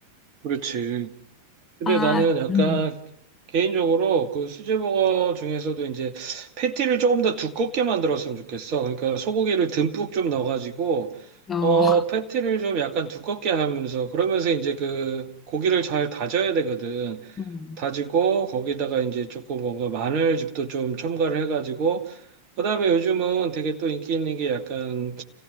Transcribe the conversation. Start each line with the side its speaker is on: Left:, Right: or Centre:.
Right: 그렇지. 근데
Left: 아,
Right: 나는 약간
Left: 음,
Right: 개인적으로 그 수제버거 중에서도 이제 패티를 조금 더 두껍게 만들었으면 좋겠어. 그러니까 소고기를 듬뿍 좀 넣어가지고
Left: 어,
Right: 어 패티를 좀 약간 두껍게 하면서 그러면서 이제 그 고기를 잘 다져야 되거든.
Left: <laughs> 음,
Right: 다지고 거기다가 이제 조금 뭔가 마늘즙도 좀 첨가를 해가지고 그다음에 요즘은 되게 또 인기 있는 게 약간